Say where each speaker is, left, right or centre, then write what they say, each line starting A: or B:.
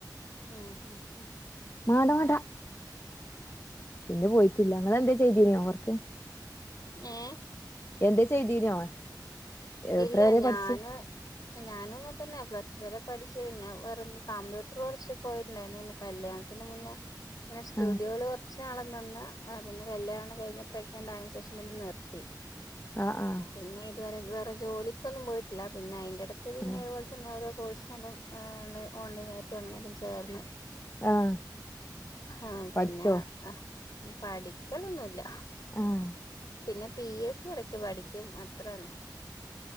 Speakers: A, on the left (about 60°); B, on the left (about 35°).
A: ആഹ്-
B: മാണ്ട മാണ്ട- പിന്നെ പോയിറ്റ്ല്ല ങ്ങളെന്തേം ചെയ്തീന്യോ വർക്ക്
A: ഏഹ്
B: എന്തേ ചെയ്തീനോ
A: ഇല്ല
B: എത്ര വരെ
A: ഞാന്
B: പഠിച്ചു
A: ഞാനും അങ്ങന തന്നെ പ്ലസ് ടു വരെ പഠിച്ച് പിന്നെ വെറൊ കമ്പ്യൂട്ടർ കുറച്ച് പോയിട്ടുണ്ടായിരുന്നു പിന്നെ കല്യാണം അതിന് മുന്നേ ഇങ്ങനെ സ്റ്റുഡിയോല്
B: ആഹ്
A: കൊറച്ച് നാള് നിന്ന് ആഹ് പിന്നെ കല്യാണം കഴഞ്ഞ് പ്രെഗ്നൻറ് ആയന് ശേഷം പിന്നെ നിർത്തി
B: ആഹ് ആഹ്
A: പിന്നെത് വരെ ഇത് വേറെ ജോലിക്കൊന്നും പോയിട്ടില്ല പിന്നെ അയ്ന്റെ ടയ്ക്ക് പിന്നെ
B: ആഹ്
A: ഇത് പോലെ തന്നെ ഓരോ കോഴ്സിനല്ലാം ഓൺലൈ നായിട്ടും അങ്ങനെ ക്കല്ലാം ചേർന്ന്
B: ആഹ്
A: ആഹ് പിന്നെ
B: പഠിച്ചോ
A: ആഹ് ഈ പഠിക്കലൊന്നുല്ല
B: ആഹ്
A: പിന്നെ പി എസ് സി എടക്ക് പഠി യും അത്രന്നെ